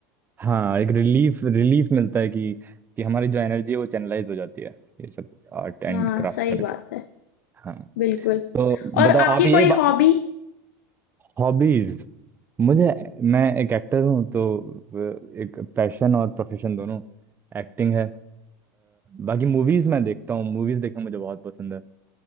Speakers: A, on the right; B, on the left.
A: हाँ एक रिलीफ रिलीफ मिलता है कि कि हमारी जो एनर्जी है वो चैनलाइज हो जाती है ये सब आर्ट एंड
B: है हाँ
A: क्राफ्ट
B: सही
A: करके
B: बात है
A: हाँ
B: बिल्कुल
A: तो
B: और
A: बताओ
B: आपकी
A: आप ये
B: कोई
A: बा...
B: हॉबी
A: हॉबीज मुझे मैं एक एक्टर हूँ तो अ, एक पैशन और प्रोफेशन दोनों एक्टिंग है अ, बाकी मूवीज मैं देखता हूँ मूवीज देखना मुझे बहुत पसंद है